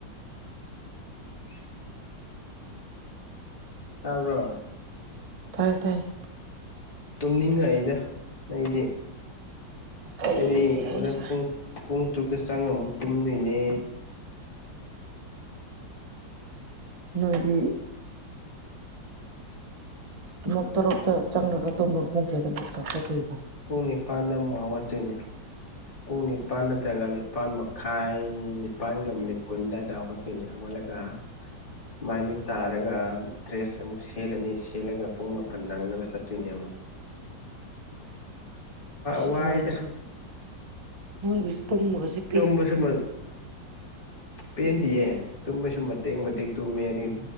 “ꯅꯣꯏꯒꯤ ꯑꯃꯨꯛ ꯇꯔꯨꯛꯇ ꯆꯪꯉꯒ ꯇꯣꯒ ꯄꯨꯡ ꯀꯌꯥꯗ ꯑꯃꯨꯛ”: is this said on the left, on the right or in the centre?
Right